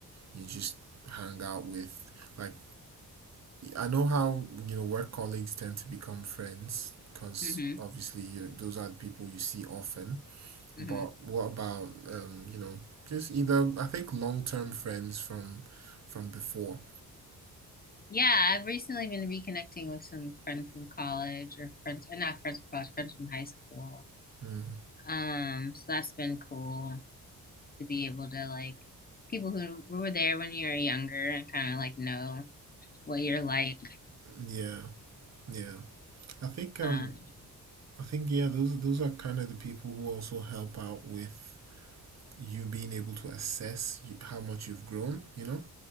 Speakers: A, on the right; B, on the left.
A: you just hang out with? Like, I know how, you know, work colleagues tend to become friends because
B: hmm
A: obviously you those are the people you see often.
B: hmm
A: But what about, um, you know, just either, I think long-term friends from from before.
B: Yeah, I've recently been reconnecting with some friends from college or friends, or not friends from college, friends from high school.
A: Mm,
B: Um, so that's been cool. to be able to like people who were there when you were younger and kind of like know what you're like.
A: yeah, yeah. I think um
B: Um,
A: I think yeah, those those are kind of the people who also help out with you being able to assess you, how much you've grown, you know?